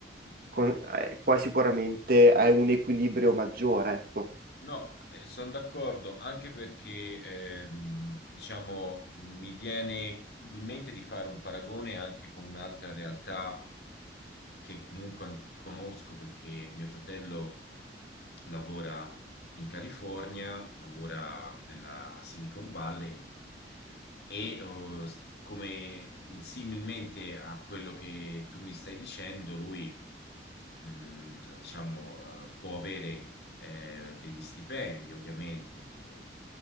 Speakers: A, on the right; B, on the left.
A: con- eh, qua sicuramente hai un equilibrio maggiore, ecco.
B: No, sono d'accordo, anche perché ehm, diciamo mi viene in mente di fare un paragone anche con un'altra realtà che comunque an- conosco perché mio fratello lavora in California, lavora nella Silicon Valley e eh, s- come similmente a quello che tu mi stai dicendo, lui mh, diciamo, eh, può avere eh, degli stipendi, ovviamente, che